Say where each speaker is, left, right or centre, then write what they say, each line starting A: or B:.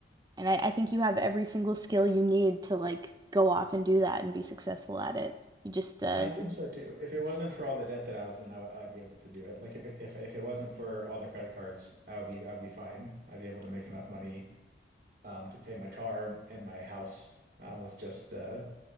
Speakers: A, on the right; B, on the right.
A: And I, I think you have every single skill you need to like go off and do that and be successful at it. You just uh
B: I think so too. If it wasn't for all the debt that I was in, I would, I'd be able to do it. Like if it, if if it wasn't for all the credit cards, I would be I would be fine. I'd be able to make enough money um to pay my car and my house uh, with just the